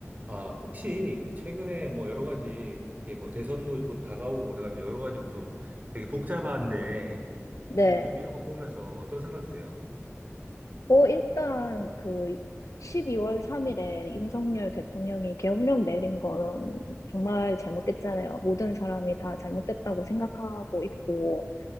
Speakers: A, on the right (about 35°); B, on the left (about 85°).
A: 아, 혹시 최근에 뭐 여러 가지 이렇게 뭐 대선도 곧 다가오고 해가지고 여러 가지로 좀 되게 복잡한데
B: 네.
A: 혹시 요즘 이런 거 보면서 어떤 생각 드세요?
B: 뭐, 일단, 그, 12월 3일에 윤석열 대통령이 계엄령 내린 거는 정말 잘못됐잖아요. 모든 사람이 다 잘못됐다고 생각하고 있고,